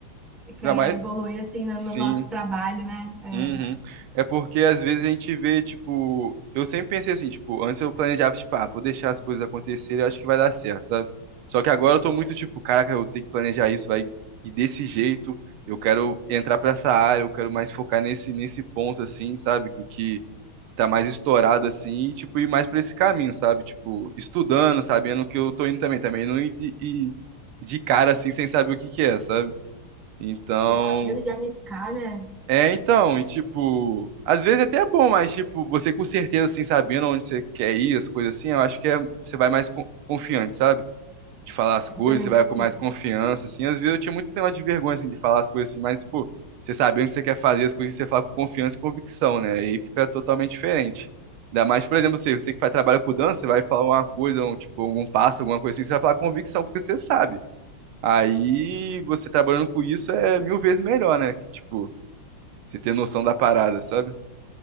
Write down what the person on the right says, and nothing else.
Ainda mais.
Sim.
Uhum. É porque às vezes a gente vê, tipo, eu sempre pensei assim, tipo, antes eu planejava, tipo, ah, vou deixar as coisas acontecerem, eu acho que vai dar certo, sabe? Só que agora eu tô muito tipo, caraca, eu tenho que planejar isso, vai, e desse jeito, eu quero entrar pra essa área, eu quero mais focar nesse nesse ponto assim, sabe? Que o que tá mais estourado assim, e tipo, ir mais pra esse caminho, sabe? Tipo, estudando, sabendo o que eu tô indo também, também não ir de, ir de cara assim sem saber o que que é, sabe? Então,
é, então, e tipo, às vezes até é bom, mas tipo, você com certeza, assim, sabendo onde você quer ir, as coisas assim, eu acho que é, você vai mais co- confiante, sabe? De falar as coisas,
você vai
com mais confiança, assim. Às vezes eu tinha muito esse negócio de vergonha, assim, de falar as coisas assim, mas, pô, você sabe onde você quer fazer as coisas, você fala com confiança e convicção, né? Aí fica totalmente diferente. Ainda mais, por exemplo, você, você que faz trabalho com dança, você vai falar uma coisa, um, tipo, algum passo, alguma coisa assim, você vai falar com convicção, porque você sabe. Aí você trabalhando com isso é mil vezes melhor, né? Que, tipo. Você ter noção da parada, sabe?